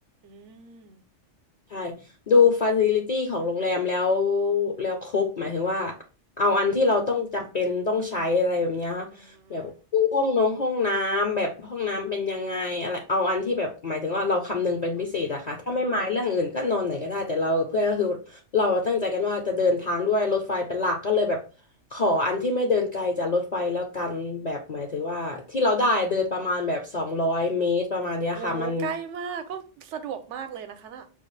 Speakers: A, on the right; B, on the left.
A: อืม
B: ใช่ดูฟ a ซิลิตี้ของโรงแรมแล้วแล้วครบหมายถึงว่าเอาอันที่เราต้องจำเป็นต้องใช้อะไรแบบเนี้ยค่ะแบบดูห้องนงห้องน้ำแบบห้องน้ำเป็นยังไงอะไรเอาอันที่แบบหมายถึงว่าเราคำนึงเป็นพิเศษอะค่ะถ้าไม่หมายเรื่องอื่นก็นอนไหนก็ได้แต่เรากับเพื่อนก็คือเราตั้งใจกันว่าจะเดินทางด้วยรถไฟเป็นหลักก็เลยแบบ
A: อืมโอเค
B: ขออันที่ไม่เดินไกลจากรถไฟแล้วกันแบบหมายถึงว่าที่เราได้เดินประมาณแบบสองร้อยเมตรประมาณเนี้ยค่ะมัน
A: โอ้โหใกล้มากก็สะดวกมากเลยนะคะน่ะ